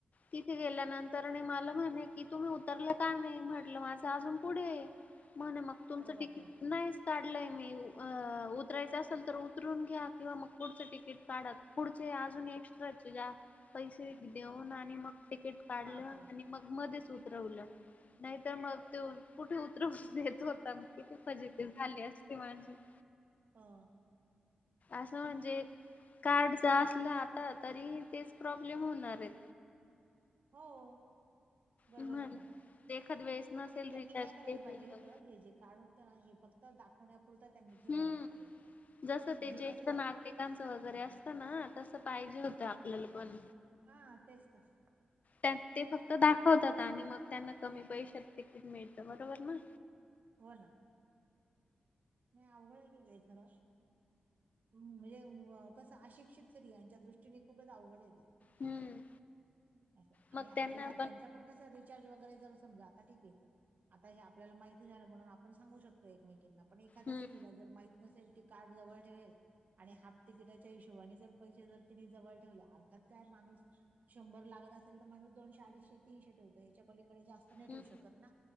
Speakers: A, on the left; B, on the right.
A: तिथे गेल्यानंतरने मला म्हणे की तुम्ही उतरला का नाही म्हटलं माझं अजून पुढे म्हणे मग तुमचं
B: अरे बापरे
A: तिकीट नाहीच काढलंय मी अ. उतरायचं असेल तर उतरून घ्या किंवा मग पुढचे तिकीट काढात पुढचे अजून एक्स्ट्राचे जास्त पैसे देऊन आली. मग तिकट काढ
B: बापरे
A: आणि आ मग मध्येच उतरवलं, नाहीतर मग ते कुठे उतरव देतो. किती फजिती झाली असते म्हणजे तर
B: हा.
A: असं म्हणजे कार्डच असलं आता तरी तेच प्रॉब्लेम होणार आहेत.
B: हो. बरोबर
A: म्हन
B: आहे ना
A: एखाद्या वेळेस नसेल
B: नाही त्यांनी
A: रिचार्ज
B: काय करायला
A: केलेलं
B: पाहिजे होतं हे जे कारड होतं ना हे फक्त तर दाखवण्यापुरता त्यांनी ठेवायला
A: हम्म
B: पाहिजे होतं.
A: जसं
B: म्हणजे
A: ते ज्येष्ठ
B: कसं
A: नागरिकांचं वगैरे असतं ना तसं पाहिजे होतं आपल्याला पण
B: हा.. तेच तस
A: ते फक्त दाखवतात आणि मग त्यांना कमी पैशात तिकीट मिळतं बरोबर ना.
B: हो ना. नाही अवघड ते आहे खर. म्हणजे व. कसं अशिक्षित सरी यांच्या दृष्टीने खूपच अवघड आहे ते
A: हम्म
B: अच्छा अस. आणि
A: मग
B: आपल्या
A: त्यांना
B: सारख्यांचा पण कस रिचार्ज वगैरे जर समजा आता ठीक आहे. आता हे आपल्याला माहिती झालं म्हणून आपण सांगू शकतो एकमेकींना पण एखाद्या
A: हम्म
B: स्त्रीला जर माहित नसेल ती कार्ड जवळ ठेवेल. आणि हाफ तिकीटाच्या हिशोबाने जर पैसे जर तिने जवळ ठेवले अर्थात काय माणूस शंभर लागत असेल तर माणूस दोनशे अडीचशे तीनशे ठेवतो याच्या पलीकडे जास्त नाही ठेऊ
A: हम्म
B: शकत ना.